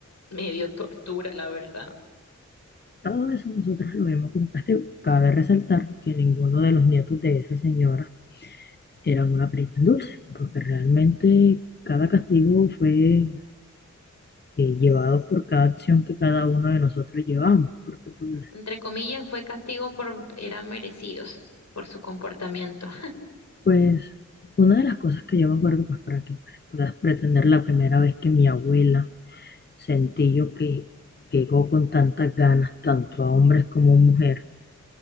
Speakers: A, on the left (about 60°); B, on the left (about 35°).
A: medio tortura, la verdad.
B: Todo eso nosotros lo vimos como castigo. Cabe resaltar que ninguno de los nietos de esa señora eran una perita en dulce, porque realmente cada castigo fue eh, llevado por cada acción que cada uno de nosotros llevamos, porque pues,
A: Entre comillas, fue castigo por, eran merecidos por su comportamiento.
B: pues una de las cosas que yo me acuerdo, pues para que pues, puedas pretender la primera vez que mi abuela sentí yo que llegó con tantas ganas, tanto a hombres como a mujeres,